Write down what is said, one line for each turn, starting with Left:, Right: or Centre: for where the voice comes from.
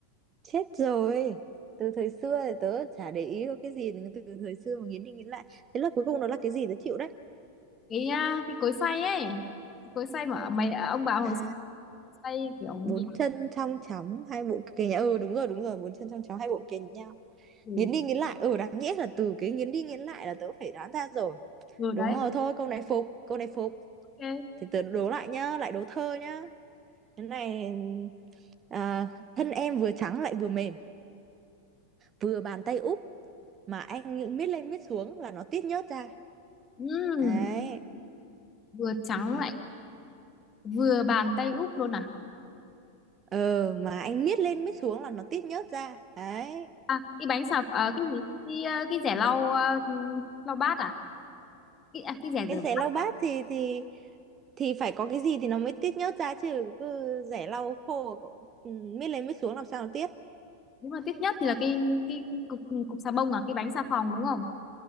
Right: chết rồi từ thời xưa thì tớ chả để ý có cái gì từ thời xưa mà nghiến đi nghiến lại thế là cuối cùng nó là cái gì tớ chịu đấy
Left: cái à, cái cối xay ấy cái cối xay mà mày ông bà hồi
Right: à
Left: xưa xay kiểu
Right: bốn
Left: nhiều
Right: chân trong chóng hai bụng kề nhau ừ đúng rồi đúng rồi bốn chân trong chóng hai bụng kề nhau
Left: thì
Right: nghiến đi nghiến lại ừ đáng nhẽ là từ cái nghiến đi nghiến lại là tớ phải đoán ra rồi
Left: vừa đấy
Right: đúng rồi thôi câu này phục câu này phục
Left: ok
Right: thì tớ đố lại nhá lại đố thơ nhá cái này à, thân em vừa trắng lại vừa mềm vừa bàn tay úp mà anh miết lên miết xuống là nó tiết nhớt ra
Left: Ừm,
Right: đấy
Left: vừa trắng
Right: Đấy.
Left: lại vừa bàn tay úp luôn à
Right: ờ mà anh miết lên miết xuống là nó tiết nhớt ra đấy
Left: à cái bánh xà à, cái gì cái à, cái rẻ lau à, lau bát à cái à, cái rẻ rửa
Right: cái rẻ
Left: bát
Right: lau bát thì thì thì phải có cái gì thì nó mới tiết nhớt ra chứ cứ rẻ lau khô cậu, ừ, miết lên miết xuống làm sao nó tiết
Left: đúng là tiếc nhất thì là cái cái cục cục xà bông à cái bánh xà phòng đúng không